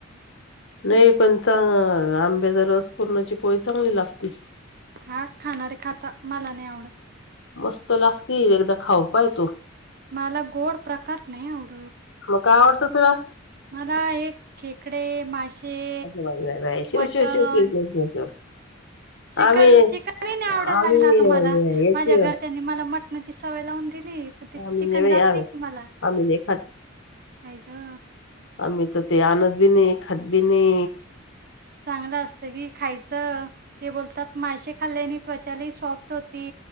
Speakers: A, on the left (about 65°); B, on the right (about 50°).
A: नाही पण च ह आंब्या ज रस पूर्णाची पोळी चांगली लागते
B: हा खाणारे खात मला नाही आवडत
A: मस्त लागते एकदा खाऊ पाय तू
B: मला गोड प्रकार नाही आवडत
A: मग काय आवडतं तुला
B: मला एक खेकडे मासेे
A: अगं बाई बाई बाई शिव
B: मटण
A: शिव शिव शिव शिव शिव शिव
B: चिकन
A: आम्ही
B: चिकनही नाही
A: आम्ही
B: आवडायला लागला आता मला
A: याचे
B: माझ्या घरच्यांनी मला म झी सवय लावून दिली प त
A: आम्ही
B: चिकन
A: बाई
B: जात
A: आम्ही
B: नाही कि मला
A: आम्ही नाही खात.
B: काय का
A: आम्ही तर ते आणत बी नाही खात बी नाही
B: चांगलं असतं की खायचं बतात मा खाल्ल्या त्व स्ट होती